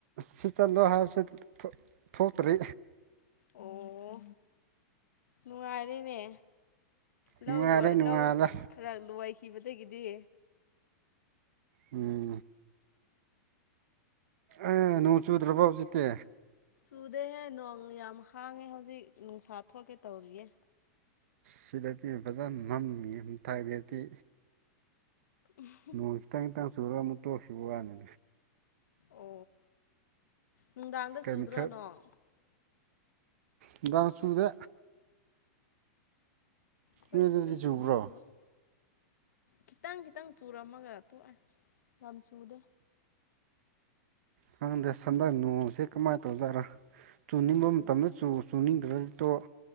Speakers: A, on the right (about 55°); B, on the left (about 80°).
A: ꯁꯤ ꯆꯟꯂꯣ ꯍꯥꯏꯕꯁꯧ ꯊꯣꯛꯇ꯭ꯔꯤ
B: ꯑꯣ ꯅꯨꯡꯉꯥꯏꯔꯦꯅꯦ ꯂꯧ
A: ꯅꯨꯡꯉꯥꯏꯔꯦ
B: ꯂꯣꯢ
A: ꯅꯨꯡꯉꯥꯏꯔꯦ
B: ꯂꯧ ꯈꯔ ꯂꯣꯢꯈꯤꯕꯗꯒꯤꯗꯤ
A: ꯎꯝ ꯑꯥ ꯅꯣꯡ ꯆꯨꯗ꯭ꯔꯕꯣ ꯍꯧꯖꯤꯛꯇꯤ
B: ꯆꯨꯗꯦꯍꯦ ꯅꯣꯡ ꯌꯥꯝ ꯍꯥꯡꯉꯦ ꯍꯧꯖꯤꯛ ꯅꯨꯡꯁꯥ ꯊꯣꯛꯀꯦ ꯇꯧꯔꯤꯌꯦ
A: ꯁꯤꯗꯗꯤ ꯐꯖꯅ ꯃꯝꯃꯤꯌꯦ ꯃꯊꯥꯛꯇꯗꯤ
B: ꯎꯝ
A: ꯅꯣꯡ ꯈꯤꯇꯪ ꯈꯤꯇꯪ ꯆꯨꯔꯒ ꯑꯃꯨꯛ ꯇꯣꯛꯈꯤꯕꯩ ꯋꯥꯅꯤ
B: ꯑꯣ ꯅꯨꯡꯗꯥꯡꯗ
A: ꯀꯩ
B: ꯆꯨꯗ꯭ꯔꯣ
A: ꯃꯊꯦꯜ
B: ꯅꯣꯡ
A: ꯅꯨꯡꯗꯥꯡ ꯆꯨꯗꯦ
B: ꯑꯈꯣꯏꯗꯁꯨ
A: ꯅꯣꯏꯗꯗꯤ ꯆꯨꯕ꯭ꯔꯣ
B: ꯆꯨꯗꯦꯁꯨꯨ ꯈꯤꯇꯪ ꯈꯤꯇꯪ ꯆꯨꯔꯝꯃꯒ ꯇꯣꯛꯑꯦ ꯌꯥꯝ ꯆꯨꯗꯦ
A: ꯈꯪꯗꯦ ꯍꯟꯗꯛ ꯅꯣꯡꯁꯦ ꯀꯃꯥꯏꯅ ꯇꯧꯖꯠꯔꯥ ꯆꯨꯅꯤꯡꯕ
B: ꯑꯣ
A: ꯃꯇꯝꯗ ꯆꯨꯅꯤꯡꯗ꯭ꯔ ꯇꯣ